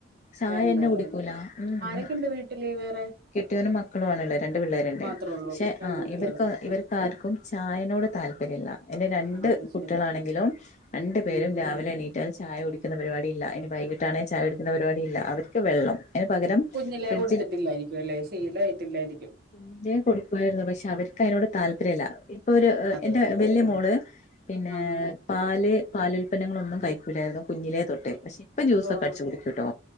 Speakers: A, on the left; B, on the right.
A: ചായ
B: വേണ്ടല്ലേ
A: എന്നന്നെ കുടിക്കൂല ഉ
B: ആരൊക്കെണ്ട് വീട്ടില് വേറെ
A: കെട്ടിയോനും മക്കൾ വേണല്ലോ രണ്ട് പിള്ളേരു ഉണ്ടായി
B: മാത്രേ ഉള്ളൂ
A: പക്ഷെ
B: രണ്ട്
A: ആ
B: കുട്ടികള്
A: ഇവർക്ക് ഇവർക്കാർക്കും
B: ഉം
A: ചായനോട് താല്പര്യല്ല എന്റെ രണ്ട്
B: ആഹ് അത്
A: കുട്ടികളാണെങ്കിലും
B: ശരി
A: രണ്ടു പേരും
B: ഉം ഉം
A: രാവിലെ എണീറ്റാൽ ചായ കുടി പുന്ന പരിപാടി ഇല്ല ഇനി വൈകട്ടാണെിൽ ചായെടുന്ന പരിപാടില്ല അവർക്ക് വെള്ളം അതിന് പകരം
B: കുഞ്ഞിലേ
A: ഫ്രിഡ്ജിൽ
B: കൊടുത്തിട്ടില്ലായിരിക്കും അല്ലെ ശീലായിട്ടില്ലായിരിക്കും
A: കുഞ്ഞിലേ കൊടുക്കുയിരുന്നു പക്ഷെ അവർക്ക് അതിനോട് താല്പര്യല്ല
B: ഉം
A: ഇപ്പൊ ഒരു
B: അതെല്ലേ
A: എന്റെ വലിയ
B: ഉം
A: മോള് പിന്നെ
B: ആഹാ
A: പാല് പാൽ ഉൽപന്നങ്ങളൊന്നും കഴിക്കൂലായിരുന്നു കുഞ്ഞിലെ തൊട്ടെ പക്ഷെ ഇപ്പൊ ജ്യൂസൊക്കെ
B: ഓഹ്
A: അടിച്ചു കുടിക്ക
B: ഓഹ്
A: കേട്ടോ